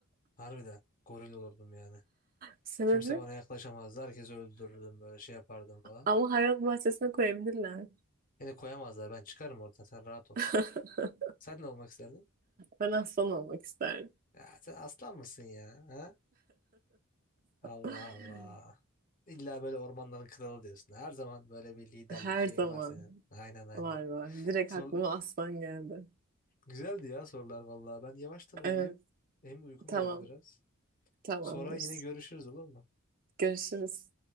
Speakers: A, on the left; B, on the right.
A: Harbiden goril olurdum yani.
B: Sebebi?
A: Kimse bana yaklaşamazdı. Herkesi öldürürdüm böyle şey yapardım falan.
B: Ama hayvan bahçesine koyabilirler.
A: Beni koyamazlar. Ben çıkarım oradan. Sen rahat ol.
B: <laughs>
A: Sen ne olmak isterdin?
B: Ben aslan olmak isterdim.
A: Ya sen aslan mısın ya? Ha? Allah
B: <laughs>
A: Allah. İlla böyle ormanların kralı diyorsun. Her zaman böyle bir liderlik
B: Her
A: şeyin
B: zaman
A: var senin. Aynen aynen.
B: var var. Direkt
A: Sor,
B: aklıma aslan geldi.
A: Güzeldi ya sorular vallahi. Ben yavaştan uyuyayım.
B: Evet,
A: Hem uykum
B: tamam,
A: geldi biraz.
B: tamamdır.
A: Sonra yine görüşürüz olur mu?
B: Görüşürüz.